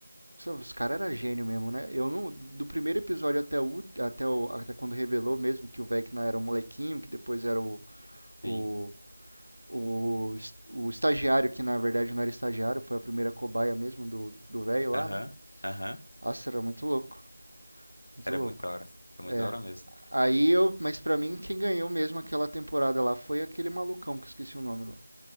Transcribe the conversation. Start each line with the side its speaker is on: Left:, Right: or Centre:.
Right: Os caras eram gênio mesmo, né? Eu não, do primeiro episódio até o, ult- até o, até quando revelou mesmo que o Vecna era um molequinho, que depois era o, o,
Left: sim,
Right: o, es- o estagiário, que na verdade não era estagiário, foi a primeira cobaia mesmo do, do velho lá,
Left: aham,
Right: né?
Left: aham,
Right: Nossa, era muito louco, muito
Left: era
Right: louco.
Left: muito da hora, era muito
Right: É.
Left: da hora mesmo.
Right: Aí eu, mas pra mim quem ganhou mesmo aquela temporada lá foi aquele malucão que eu esqueci o nome lá.